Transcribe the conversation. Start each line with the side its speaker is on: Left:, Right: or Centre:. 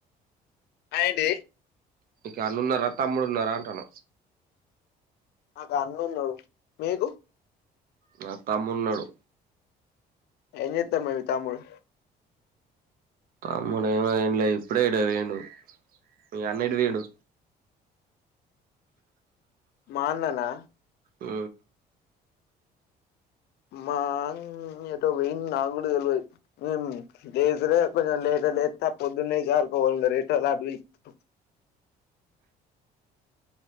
Left: అయింటి
Right: మీకు అన్ను ఉన్నారా తమ్ముడు ఉన్నారా అంటాన
Left: నాకు అన్న ఉన్నారు మీకు
Right: నా తమ్ము ఉన్నడు
Left: ఏం చేత్తాడు మీ తమ్ముడు
Right: తమ్ముడు ఏమి అన్లే ఇప్పుడే ఎటో వేండు మీ అన్న ఎటు పోయిండు
Left: మా అన్ననా
Right: ఉ
Left: మా అన్న ఎటో పోయేడు నాకుడ తెల్వదు లేసుడే కొంచం లేట్ లేత్త పొద్దున్నే <unintelligible>